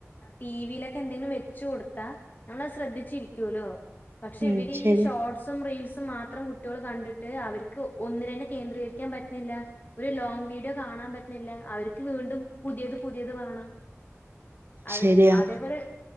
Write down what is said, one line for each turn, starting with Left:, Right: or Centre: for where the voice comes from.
Left: ടി വിയിലൊക്കെ എന്തെങ്കിലും വെച്ച് കൊടുത്താ നമ്മളത് ശ്രദ്ധിച്ചിരിക്കോല്ലോ പക്ഷെ
Right: ഉം
Left: ഇവര്
Right: ശരിയാ
Left: ഈ ഷോർട്സും റീൽസ് മാത്രം കുട്യോള് കണ്ടിട്ട് അവർക്ക് ഒന്നിലെന്നെ കേന്ദ്രീകരിക്കാൻ പറ്റ്ണില്ല ഒരു ലോങ് വീ യൊ കാണാൻ പറ്റ്ണില്ല അവർക്ക് വീണ്ടും പുതിയത് പുതിയത് വാണം അത്
Right: ശരിയാ
Left: അതേപോലെ